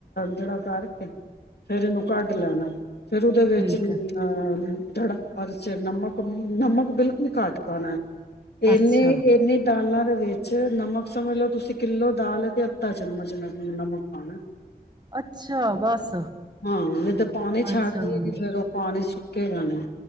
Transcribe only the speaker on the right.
ਠੀਕ
ਹੈ,
ਅੱਛਾ।
ਅੱਛਾ ਬਸ,
ਅੱਛਾ
ਹੂੰ,